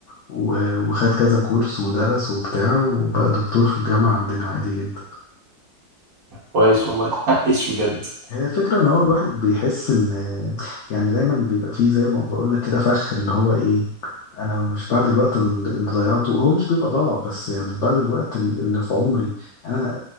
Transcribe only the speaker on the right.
كويس والله <laughs> عايش بجد